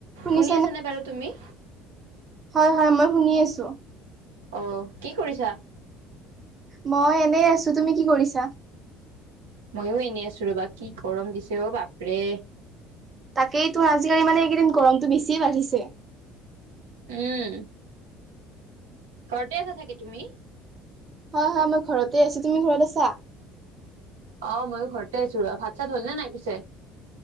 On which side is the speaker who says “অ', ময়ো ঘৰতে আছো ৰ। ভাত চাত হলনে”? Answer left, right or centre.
Right